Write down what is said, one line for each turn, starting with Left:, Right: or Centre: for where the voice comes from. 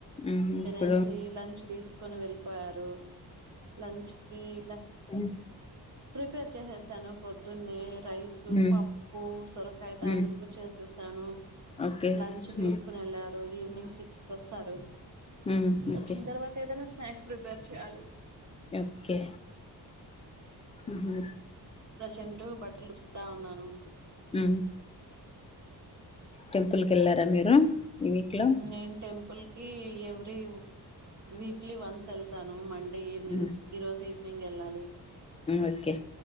Left: మ్
Right: తినేసి
Left: ఇప్పుడు
Right: లంచ్ తీసుకొని వెళ్ళిపోయారు. లంచ్ కి ల
Left: ఉ
Right: ప్రిపేర్ చేసేసాను పొద్దునే రైసు
Left: మ్
Right: పప్పు సొరకాయ తాలింపు
Left: మ్
Right: చేసేసాను
Left: ఓకే
Right: లంచ్ తీసుకుని
Left: మ్
Right: వెళ్ళారు ఈవినింగ్ సిక్స్కి వస్తారు
Left: మ్
Right: వచ్చిన
Left: ఓకే
Right: తర్వాత ఏదైన స్నాక్స్ ప్రిపేర్ చెయ్యాలి
Left: ఒకే ఉహు
Right: ప్రజెంట్ బట్టలు ఉతుకుతా ఉన్నాను
Left: ఉ టెంపుల్కి వెళ్లారా మీరు ఈ వీక్ లో
Right: నేను టెంపుల్ కి ఎవ్రీ వీక్లీ వన్స్ <unintelligible> తాను మండే ఈవినింగ్
Left: మ్
Right: ఈ రోజు ఈవినింగ్ వెళ్ళాలి
Left: ఓకే